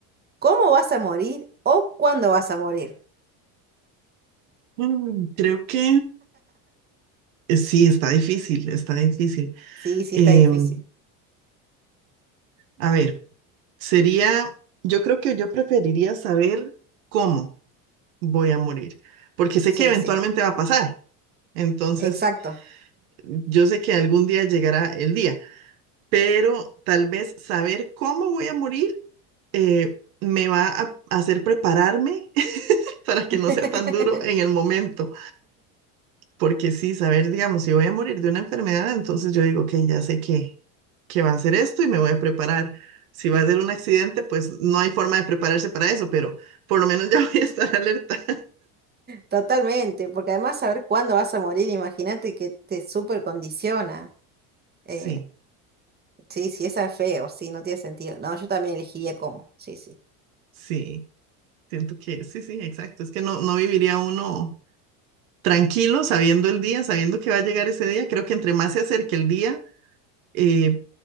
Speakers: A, on the right; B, on the right.
A: ¿Cómo vas a morir o cuándo vas a morir?
B: Mm, creo que eh, sí, está difícil, está difícil.
A: Sí, sí,
B: Em,
A: está difícil.
B: a ver, sería, yo creo que yo preferiría saber cómo voy a morir, porque sé
A: Sí,
B: que eventualmente
A: sí,
B: va a pasar. Entonces,
A: exacto.
B: yo sé que algún día llegará el día. pero tal vez saber cómo voy a morir eh, me va a hacer prepararme <laughs> para que
A: <laughs>
B: no sea tan duro en el momento, porque sí, saber, digamos, si voy a morir de una enfermedad, entonces yo digo, ok, ya sé que, que va a ser esto y me voy a preparar. Si va a ser un accidente, pues no hay forma de prepararse para eso, pero por lo menos <laughs> ya voy a estar alerta.
A: Totalmente, porque además saber cuándo vas a morir, imagínate que te súper condiciona. Eh,
B: Sí,
A: sí, sí, esa es feo, sí, no tiene sentido. No, yo también elegiría cómo, sí, sí.
B: sí, siento que sí, sí, exacto. Es que no, no viviría uno tranquilo sabiendo el día, sabiendo que va a llegar ese día. Creo que entre más se acerque el día, eh,